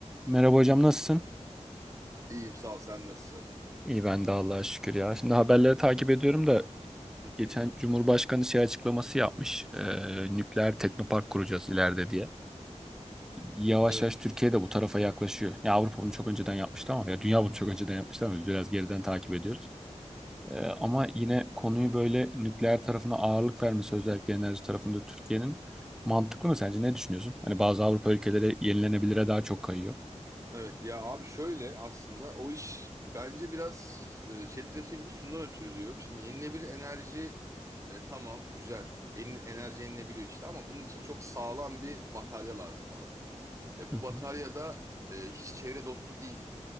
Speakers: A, in the centre; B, on the right.
A: Merhaba hocam nasılsın?
B: İyiyim sağ ol sen nasılsın?
A: İyi ben de Allah'a şükür ya. Şimdi haberleri takip ediyorum da
B: Hı hı.
A: geçen Cumhurbaşkanı şey açıklaması yapmış. Eee nükleer teknopark kuracağız ileride diye. Yavaş
B: Evet.
A: yavaş Türkiye de bu tarafa yaklaşıyor. Ya Avrupa bunu çok önceden yapmıştı ama ya dünya bunu çok önceden yapmıştı ama biz biraz geriden takip ediyoruz. Eee, ama yine konuyu böyle nükleer tarafına ağırlık vermesi özellikle enerji tarafında Türkiye'nin mantıklı mı sence? Ne düşünüyorsun? Hani bazı Avrupa ülkeleri yenilenebilire daha çok kayıyor.
B: Evet ya abi şöyle aslında o iş bence biraz e, çetrefilli şundan ötürü diyorum. Şimdi yenilebilir enerji e, tamam güzel En- enerji yenilebiliyor işte ama bunun için çok sağlam bir batarya lazım abi. E, bu
A: Hı hı.
B: batarya da e, hiç çevre dostu değil.